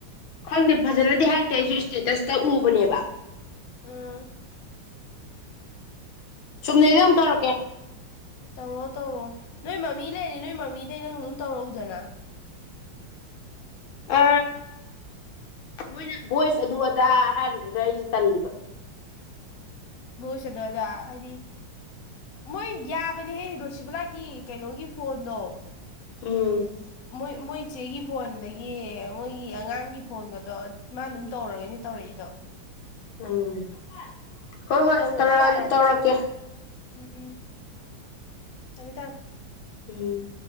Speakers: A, on the left; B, on the left.
A: ꯈꯪꯗꯦ ꯐꯖꯟꯅꯗꯤ ꯍꯥꯏꯔꯛꯇꯦ ꯑꯩꯁꯨ ꯏꯁꯇꯦꯇꯁꯇ ꯎꯕꯅꯦꯕ
B: ꯎꯝ
A: ꯆꯨꯝꯅꯩꯗ ꯑꯃꯨꯛ ꯇꯧꯔꯛꯀꯦ
B: ꯇꯧꯔꯣꯛꯑꯣ ꯇꯧꯔꯣꯛꯑꯣ ꯅꯣꯏ ꯃꯃꯤ ꯂꯩꯔꯤ ꯅꯣꯏ ꯃꯃꯤꯗꯩ ꯅꯪ ꯑꯗꯨꯝ ꯇꯧꯔꯛꯎꯗꯅ
A: ꯑ ꯃꯣꯏꯅ ꯚꯣꯏꯁ ꯑꯗꯨ ꯑꯗꯥ ꯍꯥꯏꯕꯗꯨꯗ ꯑꯩꯖꯨ ꯇꯜꯂꯤꯕ
B: ꯧꯁꯗꯗ ꯍꯥꯏ <unintelligible> ꯃꯣꯏ ꯌꯥꯕꯅꯦꯍꯦ ꯔꯣꯁꯤꯕꯂꯥꯒꯤ ꯀꯩꯅꯣꯒꯤ ꯐꯣꯟꯗꯣ
A: ꯎꯝ
B: ꯃꯣꯏ ꯃꯣꯏ ꯆꯦꯒꯤ ꯐꯣꯟꯗꯒꯤ ꯃꯣꯏꯒꯤ ꯑꯉꯥꯡꯒꯤ ꯐꯣꯟꯒꯗꯣ ꯃꯥ ꯑꯗꯨꯝ ꯇꯧꯔꯒꯅꯤ ꯇꯧꯔꯛꯏꯗꯣ
A: ꯎꯝ ꯍꯣꯏ ꯍꯣꯏ
B: ꯇꯧꯔꯛꯑꯣ
A: ꯇꯧꯔꯛꯑ
B: ꯌꯥꯔꯗꯤ
A: ꯇꯧꯔꯛꯀꯦ
B: ꯎꯝ ꯎꯝ ꯊꯝꯃꯦ ꯊꯝꯃꯦ
A: ꯎꯝ